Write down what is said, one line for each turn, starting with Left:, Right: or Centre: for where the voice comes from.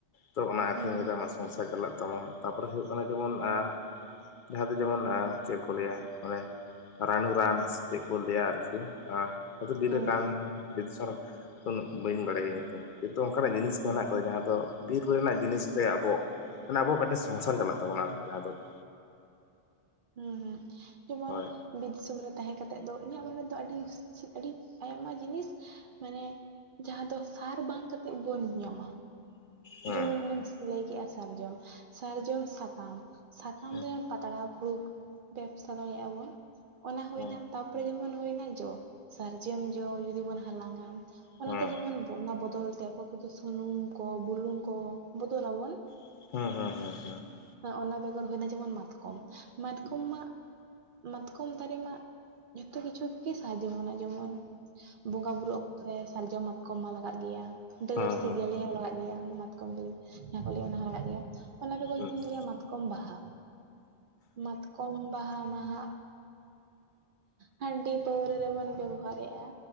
Left: ᱛᱚ ᱚᱱᱟ ᱟᱠᱷᱨᱤᱧ
Right: ᱦᱮᱸ
Left: ᱠᱟᱛᱮ ᱟᱢᱟᱜ ᱥᱚᱝᱥᱟᱨ ᱪᱟᱞᱟᱜ ᱛᱟᱢᱟ। ᱛᱟᱯᱚᱨᱮ ᱦᱩᱭᱩᱜ ᱠᱟᱱᱟ ᱡᱮᱢᱚᱱ ᱟᱸ ᱡᱟᱦᱟᱸ ᱫᱚ ᱡᱮᱢᱚᱱ ᱟᱸ ᱪᱮᱫ ᱠᱚ ᱞᱟᱹᱭᱟ ᱚᱱᱮ ᱨᱟᱱᱩ ᱨᱟᱱ ᱥᱮ ᱪᱮᱫ ᱠᱚ ᱞᱟᱹᱭᱟ ᱟᱨᱠᱤ। ᱟᱻ ᱦᱚᱭᱛᱚ ᱵᱤᱨᱟᱠᱟᱱ
Right: ᱦᱮᱸ ᱦᱮᱸ
Left: ᱵᱤᱨ ᱫᱤᱥᱚᱢ, ᱩᱱᱟᱹᱜ ᱵᱟᱹᱧ ᱵᱟᱰᱟᱭᱟᱹᱧ ᱱᱤᱛᱚᱝ ᱠᱤᱱᱛᱩ ᱚᱱᱠᱟᱱᱟᱜ ᱡᱤᱱᱤᱥ ᱦᱮᱱᱟᱜ ᱠᱟᱫᱟ ᱡᱟᱦᱟᱸ ᱫᱚ ᱵᱤᱨ ᱨᱮᱱᱟᱜ ᱡᱤᱱᱤᱥ ᱛᱮ ᱟᱵᱚ ᱢᱟᱱᱮ ᱟᱵᱚ ᱢᱤᱫᱴᱮᱱ ᱥᱚᱝᱥᱟᱨ ᱪᱟᱞᱟᱜ ᱛᱟᱵᱚᱱᱟ ᱟᱨᱠᱤ ᱡᱟᱦᱟᱸ ᱫᱚ ᱾
Right: ᱦᱩᱸ ᱦᱩᱸ, ᱡᱮᱢᱚᱱ
Left: ᱦᱳᱭ
Right: ᱵᱤᱨ ᱫᱤᱥᱚᱢ ᱨᱮ ᱛᱟᱦᱮᱸ ᱠᱟᱛᱮᱫ ᱫᱚ, ᱤᱧᱟᱹᱜ ᱢᱚᱱᱮ ᱫᱚ ᱟᱹᱰᱤ ᱟᱹᱰᱤ ᱟᱭᱢᱟ ᱡᱤᱱᱤᱥ ᱢᱟᱱᱮ ᱡᱟᱦᱟᱸ ᱫᱚ ᱥᱟᱨ ᱵᱟᱝ ᱠᱟᱛᱮᱜ ᱵᱚᱱ ᱧᱟᱢᱟ।
Left: ᱦᱮᱸ
Right: ᱡᱮᱢᱚᱱ ᱚᱱᱮᱢ ᱞᱟᱹᱭ ᱠᱮᱜ-ᱟ ᱥᱟᱨᱡᱚᱢ, ᱥᱟᱨᱡᱚᱢ ᱥᱟᱠᱟᱢ। ᱥᱟᱠᱟᱢ
Left: ᱦᱮᱸ
Right: ᱫᱚ ᱡᱮᱢᱚᱱ ᱯᱟᱛᱲᱟ ᱯᱷᱩᱲᱩᱜ ᱵᱮᱵᱥᱟ ᱫᱟᱲᱮᱭᱟᱜ-ᱟ ᱵᱚᱱ ᱚᱱᱟ ᱦᱩᱭᱱᱟ।
Left: ᱦᱮᱸ
Right: ᱛᱟᱯᱚᱨᱮ ᱡᱮᱢᱚᱱ ᱦᱩᱭᱱᱟ ᱡᱚ, ᱥᱟᱨᱡᱚᱢ ᱡᱚ ᱡᱩᱫᱤ ᱵᱚᱱ ᱦᱟᱞᱟᱝᱟ ᱚᱱᱟᱛᱮ
Left: ᱦᱮᱸ
Right: ᱡᱮᱢᱚᱱ
Left: ᱦᱮᱸ
Right: ᱚᱱᱟ ᱵᱚᱫᱚᱞ ᱛᱮ ᱚᱠᱚᱭ ᱠᱚᱫᱚ ᱥᱩᱱᱩᱢ ᱠᱚ, ᱵᱩᱞᱩᱝ ᱠᱚ, ᱵᱚᱫᱚᱞ ᱟᱵᱚᱱ।
Left: <inaudible>
Right: ᱦᱮᱸ ᱚᱱᱟ ᱵᱮᱜᱚᱨ ᱦᱩᱭᱱᱟ ᱡᱮᱢᱚᱱ ᱢᱟᱛᱠᱚᱢ, ᱢᱟᱛᱠᱚᱢ ᱢᱟ ᱢᱟᱛᱠᱚᱢ ᱫᱟᱨᱮ ᱢᱟ ᱡᱷᱚᱛᱚ ᱠᱤᱪᱷᱩ ᱛᱮ ᱥᱟᱦᱟᱡᱽᱡᱚ ᱵᱚᱱᱟ। ᱡᱮᱢᱚᱱ ᱵᱚᱸᱜᱟ ᱵᱩᱨᱩ ᱚᱠᱛᱚ ᱨᱮ ᱥᱟᱨᱡᱚᱢ ᱢᱟᱛᱠᱚᱢ ᱢᱟ ᱞᱟᱜᱟᱜ ᱜᱮᱭᱟ। ᱰᱟᱹᱨ
Left: ᱦᱮᱸ
Right: ᱥᱮ
Left: ᱦᱮᱸ
Right: ᱜᱮᱞᱮ ᱦᱚᱸ ᱞᱟᱜᱟᱜ ᱜᱮᱭᱟ। ᱢᱟᱛᱠᱚᱢ ᱰᱟᱹᱨ ᱡᱟᱦᱟᱸ ᱠᱚ ᱞᱟᱹᱭᱟ ᱚᱱᱟ ᱦᱚᱸ ᱞᱟᱜᱟᱜ ᱜᱮᱭᱟ। ᱚᱱᱟ ᱵᱮᱜᱚᱨ
Left: ᱦᱮᱸ
Right: ᱡᱩᱫᱤᱧ
Left: ᱦᱮᱸ
Right: ᱞᱟᱹᱭᱟ ᱢᱟᱛ ᱠᱚᱢ ᱵᱟᱦᱟ ᱢᱟᱛᱠᱚᱢ ᱵᱟᱦᱟ ᱢᱟᱦᱟᱸᱜ ᱦᱟᱺᱰᱤ ᱯᱟᱹᱣᱨᱟᱹ ᱨᱮᱵᱚᱱ ᱵᱮᱵᱚᱦᱟᱨᱮᱜ-ᱟ।